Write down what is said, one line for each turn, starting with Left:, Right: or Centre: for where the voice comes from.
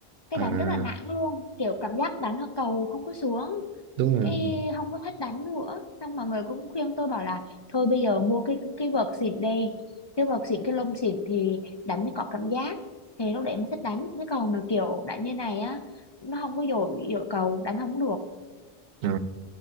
Left: cái
Right: À
Left: đánh rất là nản luôn kiểu cảm giác đánh cầu không có xuống
Right: đúng
Left: cái
Right: rồi
Left: không có thích đánh nữa xong mọi người cũng khuyên tôi bảo là thôi bây giờ mua cái cái vợt xịn đi cái vợt xịn cái lông xịn thì đánh mới có cảm giác thì lúc đấy mới thích đánh cái còn mà kiểu đánh như này á nó không có dội dội cầu đánh không được
Right: Ờ,